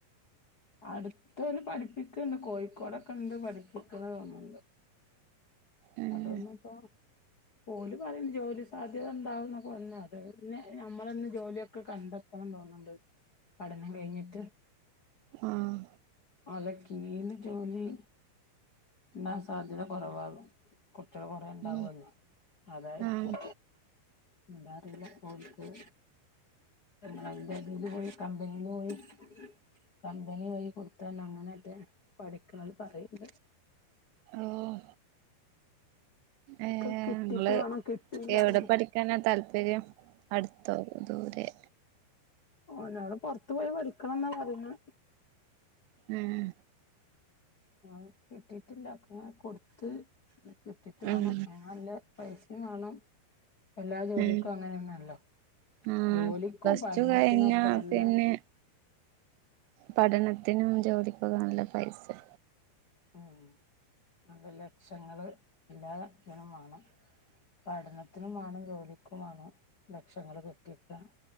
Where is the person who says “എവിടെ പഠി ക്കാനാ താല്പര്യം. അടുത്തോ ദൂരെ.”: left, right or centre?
Right